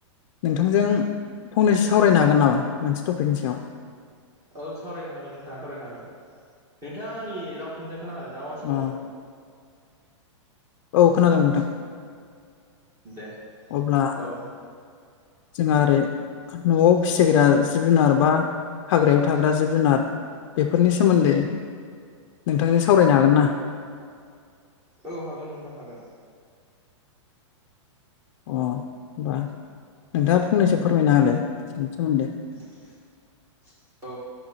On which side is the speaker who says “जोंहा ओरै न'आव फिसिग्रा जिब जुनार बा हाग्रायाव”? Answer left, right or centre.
Left